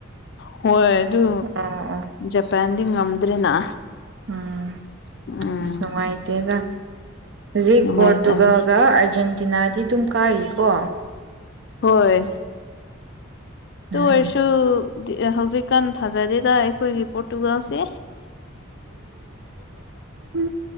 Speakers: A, on the left; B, on the right.
A: ꯍꯣꯏ ꯑꯗꯨ
B: ꯑꯣ ꯑꯣ
A: ꯖꯄꯥꯟꯗꯤ ꯉꯝꯗ꯭ꯔꯦꯅ
B: ꯎꯝ
A: ꯎꯝ
B: ꯑꯁ ꯅꯨꯡꯉꯥꯏꯇꯦꯗ ꯍꯧꯖꯤꯛ
A: ꯅꯨꯡꯉꯥꯏꯇꯕꯅꯤ
B: ꯄꯣꯔꯇꯨꯒꯜꯒ ꯑꯥꯔꯖꯦꯟꯇꯤꯅꯥꯗꯤ ꯑꯗꯨꯝ ꯀꯥꯔꯤꯀꯣ
A: ꯍꯣꯏ ꯇ
B: ꯎꯝ
A: ꯑꯣꯏꯔꯁꯨ ꯍꯧꯖꯤꯛꯀꯥꯟ ꯊꯥꯖꯗꯦꯗ ꯑꯩꯈꯣꯏꯒꯤ ꯄꯣꯔꯇꯨꯒꯥꯜꯁꯦ
B: ꯎ